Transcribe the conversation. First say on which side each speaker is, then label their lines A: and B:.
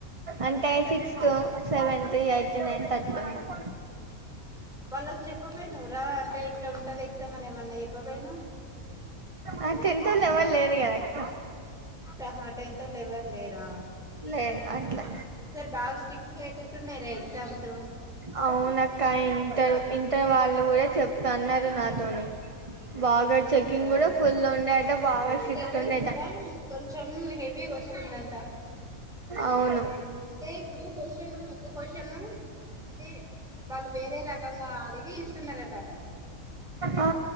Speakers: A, on the right (about 25°); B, in the centre.
A: అంటే సిక్స్త్ సెవెంతత్ ఎయిత్ నైన్త్ అట్లా ఉన్నారు
B: ఆ వాళ్ళ చెప్పపోయినావరా అంటే ఇట్లా ఉంటుంది ఎగ్జామ్ అని ఏమన్నా చెప్పపోయినవ్
A: ఆ టెన్త్ ఒళ్ళు ఎవరు లేర్ కదా అక్క
B: ఆహా టన్ తోలు ఎవరు లేరా
A: లేదు అట్లా
B: ఈ సారి బాగా స్ట్రిక్ట్గా అయితేట్టున్నాార ఎగ్జామ్స్
A: అవున అక్క ఇంటర్ ఇంటర్ వాళ్ళు కూడా చెప్తా అన్నారు నాతోని బాగా
B: అవునా
A: చెకింగ్ కూడా ఫుల్ ఉండేట బాగా స్ట్రిక్ట్
B: సిలబస్
A: ఉండేట
B: కూడా కొంచెం హెవీ వస్తుందంట
A: అవును
B: అంటే ఇప్పుడు క్వశ్చను ఒక క్వశ్చను అది వాళ్ళు వేరే రకంగా అడిగి ఇస్తున్నారట
A: ఆ